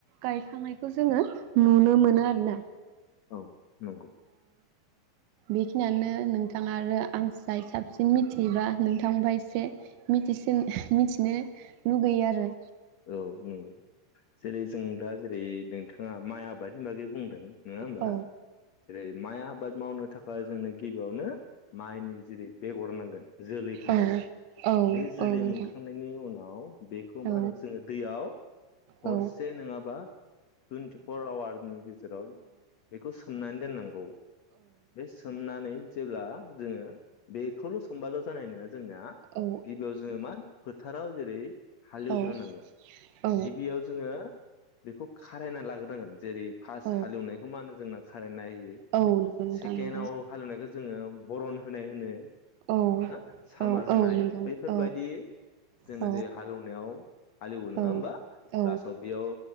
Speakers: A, on the right; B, on the left.
A: गायखांनायखौ जोङो नुनो मोनो आरो ना।
B: औ नंगौ।
A: बेखिनियानो नोंथाङा आरो आं जाय साबसिन जों मिथियोबा नों थांबा एसे मिथिसिन मिथिनो लुगैयो आरो
B: औ नंगौ जेरै जों दा। जेरै नोंथाङा माइ आबादनि बागै बुंदों। नोङा होमबा
A: औ
B: जेरै माइ आबाद मावनो थाखाय जोंनो गिबावनो माइनि जेरै बेगर नांगोन जोलैखौ
A: औ
B: नांगोन
A: औ
B: बे जोलै
A: औ नोंथां
B: मोनखांनायनि उनाव बेखौ
A: औ
B: माहोन जोङो दैयाव हरसे
A: औ
B: नङाबा टुइन्टिफर आवारनि गेजेराव बेखौ सोमनानै दोननांगौ बे सोमनानै जेब्ला जोङो बेखौल' सोमबाल जनाय नंङा। जोंना
A: औ
B: गिबियाव जोङो मा फोथाराव जेरै हुग्रो
A: औ औ
B: नांगोन
A: औ
B: गिबियाव जोङो बेखौ खारायना लाग्रोनांगोन जेरै फास
A: औ
B: हालेवनायखौ मा होनो जोंना खारायना नायहैयो
A: औ नंगौ नोंथां
B: सेकेणडआव
A: नंगौ
B: हालेवनायखौ जोङो बरन होनाय होनो । हो
A: औ
B: सामार
A: औ
B: होनाय
A: औ नंगौ
B: बैफोरबायाददि
A: औ
B: जोंनो
A: औ
B: जी हालेवनायाव हालेवो नङा
A: औ
B: होमबा
A: औ
B: लालासआव बेयाव